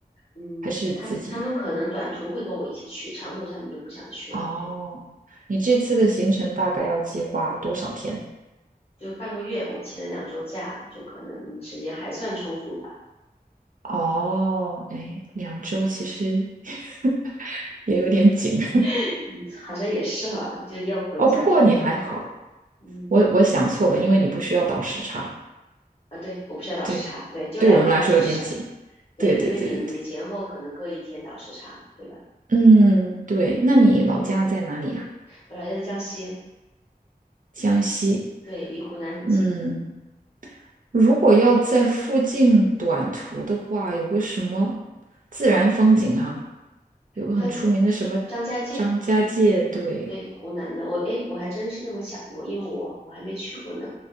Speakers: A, on the left; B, on the right.
A: 嗯，
B: 还是自己？
A: 他们他们可能短途会跟我一起去，长途他们就不想去了，
B: 哦，
A: 就
B: 你这次的行程大概要计划多少天？
A: 就半个月，我请了两周假，就可能时间还算充足吧。
B: 哦，哎，两周其实 <laughs> 也有点紧
A: <laughs> 嗯，好像也是哈，就要回家又又跑的。
B: <laughs> 哦。不过你还好，
A: 嗯，
B: 我我想错了，因为你不需要倒时差。
A: 啊，对，我不需要倒时差，
B: 对，
A: 对，就两个小时时差，
B: 对我们来说有点紧。
A: 对，
B: 对对对对对，
A: 因为你你前后可能各一天倒时差，对吧？
B: 嗯，对。
A: 嗯，
B: 那你老家在哪里呀？
A: 我老家在江西，
B: 江西。
A: 对，离湖南很近，
B: 嗯。如果要在附近短途的话，有个什么自然风景啊，有个很出名的什么
A: 张张家界，
B: 张家界，对，
A: 对，湖南的，我诶，我还真是这么想过，因为我我还没去过呢，